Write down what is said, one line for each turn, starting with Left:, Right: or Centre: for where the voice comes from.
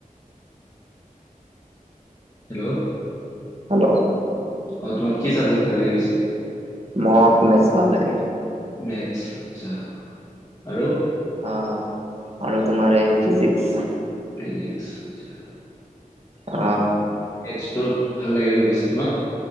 Left: হেল্ল।
Right: হেল্ল।
Left: অ তোমাৰ কি চাবজেক্ট ভাল লাগে বেছি?
Right: মোক মেচ ভাল লাগে।
Left: মেথছ আচ্ছা, আৰু?
Right: অঁ, আৰু তোমাৰ এ ফিজিক্স।
Left: ফিজিক্স আচ্ছা
Right: অ
Left: এজটোত ভাল লাগে ন বেছি তোমাক?